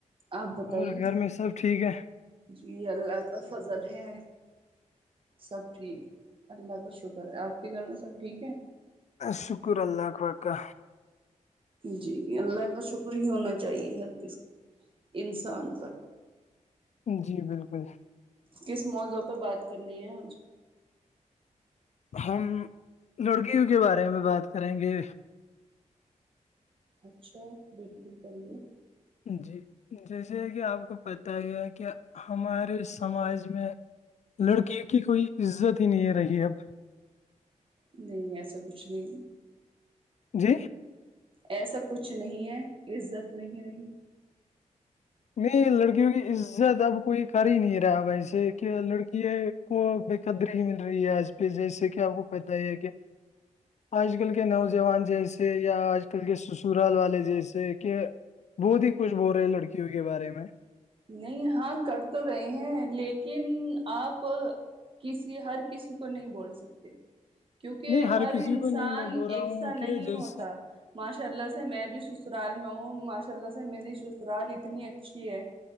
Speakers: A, on the right; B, on the left.
A: آپ بتائیے
B: اور گھر میں سب ٹھیک ہے
A: جی اللہ کا فضل ہے سب ٹھیک ہے اللہ کا شکر ہے آپ کے گھر میں سب ٹھیک ہے
B: شکر اللہ وکہ
A: جی اللہ کا شکر ہی ہونا چاہیے ہر کس انسان پر
B: جی بالکل
A: کس موضوع پہ بات کرنی ہےج
B: ہم لڑکیوں کے بارے میں بات کریں گے
A: اچھا بالکل کریے
B: جی جیسے کہ آپ کو پتہ ہے کہ ہمارے سماج میں لڑکی کی کوئی عزت ہی نہیں ہے رہی اب
A: نہیں ایسا کچھ نہیں
B: جی
A: ایسا کچھ نہیں ہے عزت نہیں رہی
B: نہیں لڑکیوں کی عزت اب کوئی کر ہی نہیں رہا بائی سے کہ لڑکی کو بے قدری مل رہی ہے آج پہ جیسے کہ آپ کو پت ہی ہے کہ آج کل کے نوجوان جیسے یا آج کل کے سسرال والے جیسے کہ بہت ہی کچھ بول رہے لڑکیوں کے بارے میں
A: نہیں ہاں کر تو رہے ہیں لیکن آپ کسی ہر کسی کو نہیں بول سکتے کیونکہ
B: نہیں
A: ہر
B: کسی
A: انسان
B: کو نہیں میں بول رہا
A: ایکسا
B: ہوں
A: نہیں
B: کہ جیسے
A: ہوتا ماشاء اللہ سے میں بھی سسرال میں ہوں ماشاء اللہ سے میری سسرال اتنی اچھی ہے